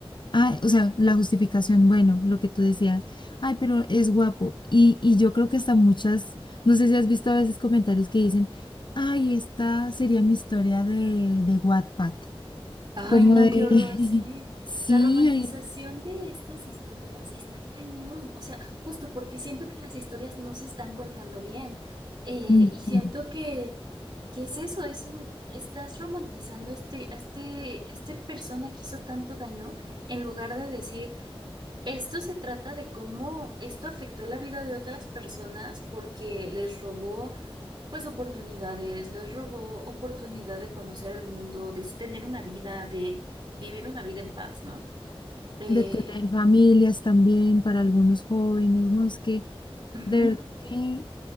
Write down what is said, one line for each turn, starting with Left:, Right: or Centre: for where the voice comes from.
Left: Ah, o sea, la justificación, bueno, lo que tú decías, ay, pero es guapo. Y, y yo creo que hasta muchas, no sé si has visto a veces comentarios que dicen, ay, esta sería mi historia de, de Wattpad,
Right: Ay,
Left: como
Right: no,
Left: de,
Right: qué
Left: <laughs>
Right: horror, Mm. sí.
Left: sí,
Right: La romantización
Left: hay-
Right: de estas historias está cañón, o sea, justo porque siento que las historias no se están contando bien eh,
Left: ujú,
Right: y siento que, ¿qué es eso? Es un- estás romantizando este, a este, a este persona que hizo tanto daño en lugar de decir, esto se trata de cómo esto afectó la vida de otras personas porque les robó pues oportunidades, les robó oportunidad de conocer el mundo, de tener una vida, de vivir una vida en paz, ¿no? Eh,
Left: de tener familias también para algunos jóvenes, ¿no? Es que
Right: ujú,
Left: de verdad que